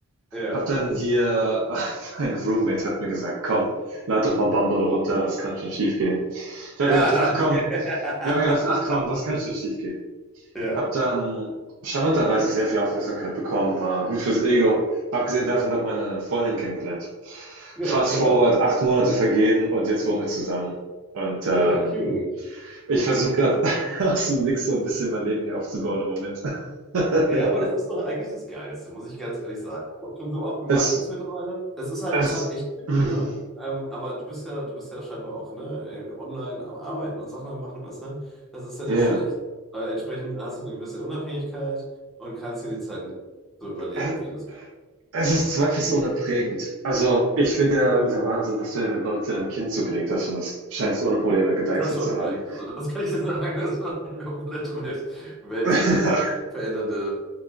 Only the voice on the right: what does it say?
Hab dann hier, <laughs> mein Roommate hat mir gesagt, komm, lad doch mal Bumble runter, was kann schon schiefgehen? Ich habe
gedacht, ach komm,
ich habe gedacht, ach komm, was kann schon schiefgehen?
Hab dann charmanterweise sehr viel Aufmerksamkeit bekommen, war gut fürs Ego. Abgesehen davon hat meine Freundin kennengelernt.
Fast
forward, acht Monate vergehen und jetzt wohnen wir zusammen. Und ähm,
ich versuche gerade <laughs> aus dem Nix so ein bisschen mein Leben hier aufzubauen im Moment. <laughs>
es,
es,
<clears throat> mm,
ja,
es,
Es ist zweifelsohne prägend. Also, ich finde ja,
es ist ja Wahnsinn, dass du dir mit 19 ein Kind zugelegt hast und das scheinst ohne Probleme gedeichselt
zu haben.
<laughs>